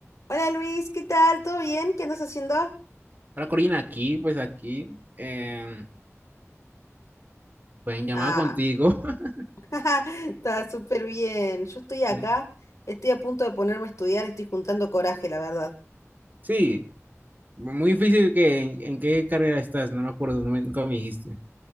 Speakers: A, on the left (about 75°); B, on the right (about 35°).
A: Hola Luis, ¿qué tal? ¿Todo bien? ¿Qué andas haciendo?
B: Hola Corina, aquí, pues aquí, em, pues en llamada
A: Ah,
B: contigo. <laughs>
A: <laughs> está súper bien. Yo estoy acá,
B: Sí,
A: estoy a punto de ponerme a estudiar, estoy juntando coraje, la verdad.
B: Sí, muy difícil que en, en qué carrera estás, no me acuerdo, no me- nunca me dijiste.